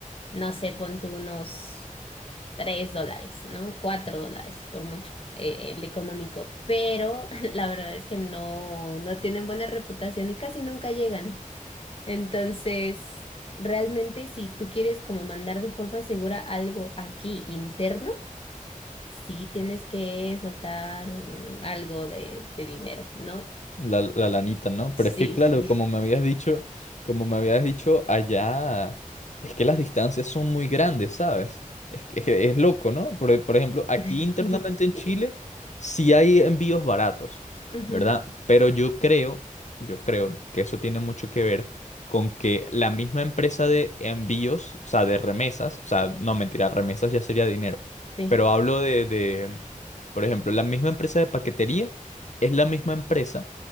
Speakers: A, on the left (about 40°); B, on the left (about 60°).
A: no sé, pon tú unos tres dólares, ¿no? Cuatro dólares por mucho. eh, el económico, pero <laughs> la verdad es que no, no tienen buena reputación y casi nunca llegan. Entonces, realmente si tú quieres como mandar de forma segura algo aquí interno, sí tienes que soltar algo de, de dinero, ¿no?
B: La, la lanita, ¿no?
A: Sí.
B: Pero es que, claro, como me habías dicho, como me habías dicho, allá es que las distancias son muy grandes, ¿sabes? Es, que- es, que es loco, ¿no? Por, por ejemplo, aquí
A: <laughs>
B: internamente en Chile sí hay envíos baratos,
A: Ujú,
B: ¿verdad? Pero yo creo, yo creo que eso tiene mucho que ver con que la misma empresa de envíos, o sea, de remesas, o sea, no mentira, remesas ya sería dinero,
A: sí.
B: pero hablo de, de, por ejemplo, la misma empresa de paquetería es la misma empresa